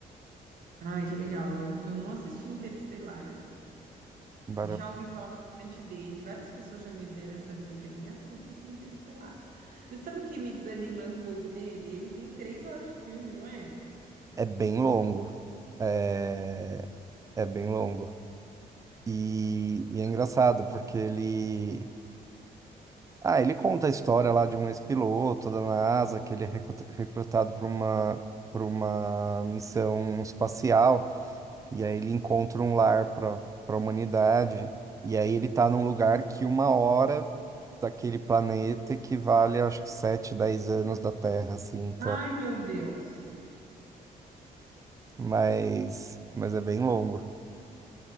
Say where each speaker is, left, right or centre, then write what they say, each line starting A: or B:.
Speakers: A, on the right; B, on the right.
A: Ai, que legal. Eu, eu não assisti Interestelar,
B: Vale
A: já
B: a-
A: ouvi falar bastante dele. Várias pessoas já me deram essa dica de, ai, assisti Interestelar. Mas sabe o que me desanima um pouco nele? Ele tem três horas de filme, não é?
B: É bem longo. É, é bem longo. E, e é engraçado, porque ele... Ah, ele conta a história lá de um ex-piloto da NASA, que ele é recru- recrutado para uma, para uma missão espacial, e aí ele encontra um lar para para a humanidade, e aí ele tá num lugar que uma hora daquele planeta equivale, acho que 7 10 anos da Terra, assim, então,
A: Ai, meu Deus.
B: mas, mas é bem longo.